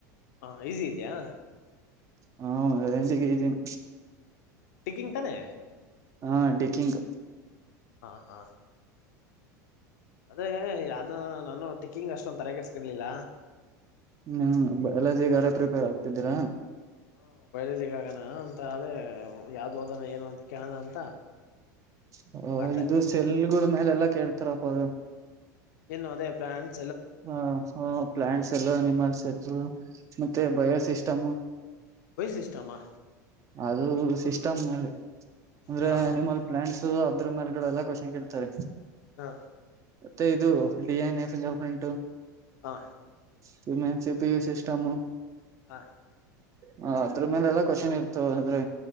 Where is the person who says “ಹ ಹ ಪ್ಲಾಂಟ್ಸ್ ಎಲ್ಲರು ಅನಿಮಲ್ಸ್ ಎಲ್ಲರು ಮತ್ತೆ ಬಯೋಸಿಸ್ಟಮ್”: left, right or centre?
Right